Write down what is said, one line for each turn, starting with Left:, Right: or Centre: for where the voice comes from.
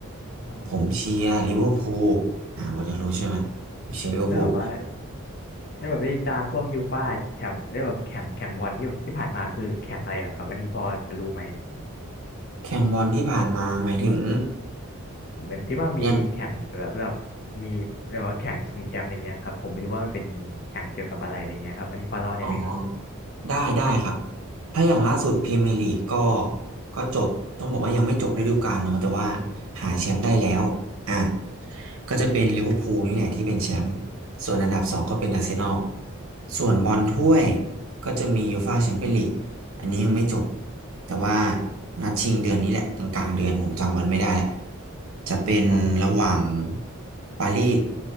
Left: อ่า
Right: ผมเชียร์ลิเวอร์พูลอ่าหมดอยากรู้ใช่ไหมผมเชียร์ลิเวอร์พูล
Left: แล้วแบบว่าได้แบบได้ตามพวกยูฟ่าแชมป์ได้แบบแข่งแข่งบอลที่ที่ผ่านมาคือแข่งอะไรเหรอครับอันนี้พอจะรู้ไหม
Right: แข่งบอลที่ผ่านมาหมายถึง
Left: เหมือนที่ว่ามีแข่งแบบแบบ
Right: ยัง
Left: มีเรียกว่าแข่งชิงแชมป์อะไรเงี้ยครับผมไม่รู้ว่ามันเป็นแข่งเกี่ยวกับอะไรอะไรเงี้ยครับอันนี้พอเล่าได้ไหมครับ
Right: อ๋อได้ได้ครับถ้าอย่างล่าสุดพรีเมียร์ลีกก็ก็จบต้องบอกว่ายังไม่จบฤดูกาลเนาะแต่ว่าหาแชมป์ได้แล้วอ่ะก็จะเป็นลิเวอร์พูลนี่แหละที่เป็นแชมป์ส่วนอันดับสองก็เป็นอาร์เซนอลส่วนบอลถ้วยก็จะมียูฟ่าแชมเปี้ยนลีกอันนี้ยังไม่จบแต่ว่านัดชิงเดือนนี้แหละกลางๆเดือนผมจำวันไม่ได้แหละจะเป็นระหว่าง
Left: พอว่เป็น
Right: ปารีส